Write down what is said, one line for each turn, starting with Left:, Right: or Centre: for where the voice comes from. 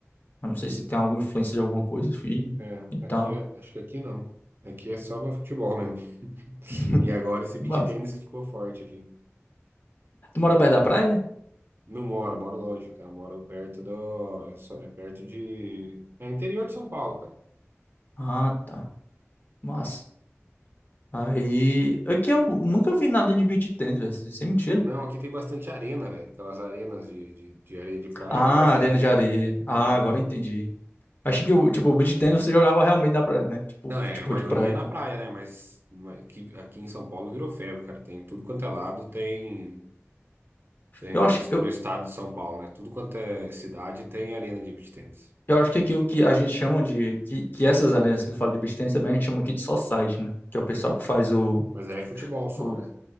Left: Eu não sei se tem alguma influência de alguma coisa, enfim,
Right: É,
Left: e tal.
Right: aqui, é- acho que aqui não. Aqui é só pra futebol mesmo.
Left: <laughs>
Right: E agora esse beach
Left: Mas,
Right: tennis que ficou forte aqui.
Left: tu mora perto da praia?
Right: Não moro, moro longe, cara. Moro perto do. É, só- é perto de. É interior de São Paulo, cara.
Left: Ah, tá. Massa. Aí, aqui eu nunca vi nada de beach tennis, velho. Sem mentira.
Right: Não, aqui tem bastante arena, velho. Aquelas arenas de, de, de areia de praia
Left: Ah,
Right: tem bastante,
Left: arena de
Right: velho.
Left: areia. Ah,
Right: É.
Left: agora eu entendi. Achei que, o tipo, o beach tennis você jogava realmente na praia, né? Tipo,
Right: Não, é,
Left: futebol
Right: a maioria
Left: de praia.
Right: é na praia, né? Mas mas aqui, aqui em São Paulo virou febre, cara. Tem tudo quanto é lado, tem. Tem
Left: Eu acho,
Right: no, es-
Left: que- eu,
Right: no estado de São Paulo, né? Tudo quanto é cidade tem arena de beach tennis.
Left: eu acho que aquilo que a gente chama de. Que, que essas arenas que tu fala de beach tennis também a gente chama aqui de society, né? Que é o pessoal que faz o,
Right: Mas aí é futebol só,
Left: o.
Right: né?